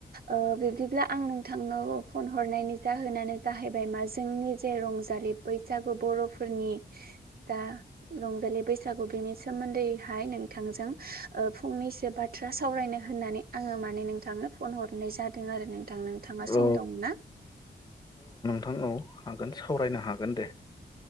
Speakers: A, on the right; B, on the left.
A: ओ बिब्दिब्ला आं नोंथांनाव फन हरनायनि जाहोनानो जाहैबाय मा जों नि जे रंजालि बैसागु बरफोरनि दा रंजालि बैसागु बेनि सोमोन्दैहाय नोंथांजों ओ फंनैसो बाथ्रा सावरायनो होननानै आंङो माने नोंथांनो फन हरनाय जादों आरो नोंथां नोंथांङा सम
B: औ
A: दं ना
B: आं औ हागोन सावरायनो हागोन दे